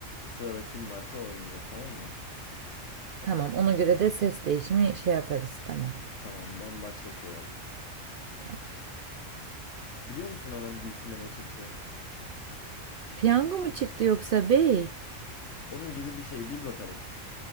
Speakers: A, on the left; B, on the right.
A: sırada kim varsa oynayacak tamam mı?
B: Tamam ona göre de ses değişimi şey yaparız tamam.
A: Tamam ben başlatıyorum.
B: Tamam.
A: Biliyor musun hanım Gülsüm'e ne çıktı?
B: Piyango mu çıktı yoksa bey?
A: Onun gibi bir şey bil bakalım.